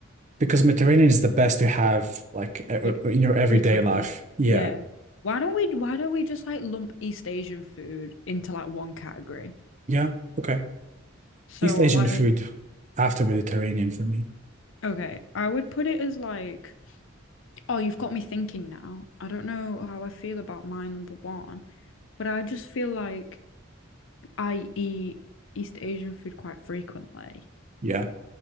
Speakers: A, on the right; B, on the left.
A: because Mediterranean is the best to have like e- e,
B: Yeah,
A: in your everyday
B: frequently.
A: life. Yeah,
B: Yeah. Why don't we why don't we just like lump East Asian food into like one category?
A: yeah, okay.
B: So
A: East Asian
B: like
A: food after Mediterranean for me.
B: okay, I would put it as like oh, you've got me thinking now. I don't know how I feel about my number one, but I just feel like I eat East Asian food quite frequently.
A: Yeah.